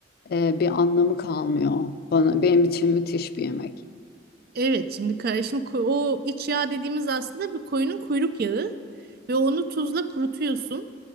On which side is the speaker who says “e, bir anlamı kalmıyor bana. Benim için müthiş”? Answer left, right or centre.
Left